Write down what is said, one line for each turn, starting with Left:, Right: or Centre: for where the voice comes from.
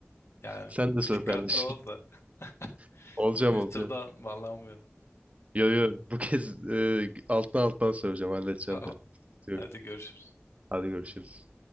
Left: Yani
Right: Sen de
Left: bir
Right: söv
Left: dikkatli
Right: kardeşim.
Left: ol da. <laughs>
Right: <laughs> Olacağım
Left: Twitter'dan
Right: olacağım.
Left: bağlanmayalım.
Right: Yo yo bu kez e, alttan alttan söveceğim halledeceğim
Left: <laughs> Tamam.
Right: ben.
Left: Hadi
Right: Yok.
Left: görüşürüz.
Right: Hadi görüşürüz.